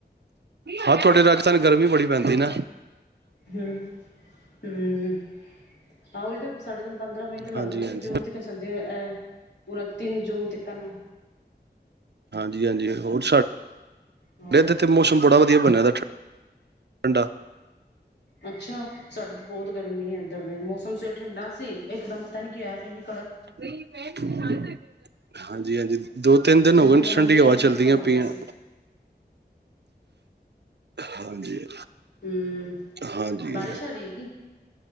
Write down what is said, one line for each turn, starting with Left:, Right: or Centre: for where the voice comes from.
Right: ਹਾਂ ਤੁਹਾਡੇ ਰਾਜਸਥਾਨ ਗਰਮੀ ਬੜੀ ਪੈਂਦੀ ਨਾ
Left: ਹੂੰ <unintelligible> ਹੂੰ ਹਾ ਓਹੀ ਤਾਂ ਸਾਡੇ ਤਾਂ ਪੰਦਰਾਂ ਮਈ ਤੋਂ ਲੱਗ
Right: ਹਾਂਜੀ
Left: ਜਾਂਦੀ
Right: ਹਾਂਜੀ
Left: ਜੂਨ ਤੱਕ ਚੱਲਦੀ ਪੂਰਾ ਤਿੰਨ ਜੂਨ ਤੱਕ ਨਾ
Right: ਹਾਂਜੀ ਹਾਂਜੀ ਹੋਰ
Left: ਹਾਂ।
Right: ਇਧਰ ਤੇ ਮੌਸਮ ਬੜਾ ਵਧੀਆ ਬਣਿਆ ਠੰਡਾ
Left: ਅੱਛਾ ਸਾਡੇ ਤੋਂ ਬਹੁਤ ਗਰਮੀ ਹੈ ਇੱਧਰ ਤੇ ਮੌਸਮ ਸਵੇਰ ਠੰਡਾ ਸੀ ਇਕ ਇੱਕਦਮ ਪਤਾ ਨੀ ਕਿਹਾ ਫਿਰ ਨੀ
Right: ਹਾਂ <inaudible> ਹਾਂਜੀ ਹਾਂਜੀ ਦੋ ਤਿੰਨ ਦਿਨ
Left: ਚੰਗੀ
Right: ਹੋ ਗਏ
Left: ਭਲਾ
Right: ਠੰਡੀਆਂ
Left: ਮੀਂਹ
Right: ਹਵਾਵਾ
Left: ਵਾਲਾ ਮੌਸਮ
Right: ਚਲਦਿਆਂ
Left: ਹੋ ਗਿਆ
Right: ਪਇਆ।
Left: ਸੀ।
Right: ਹਾਂਜੀ
Left: ਹੂੰ,
Right: ਹਾਂਜੀ
Left: ਬਾਰਿਸ਼ ਆ ਰਹੀ ਹੈਗੀ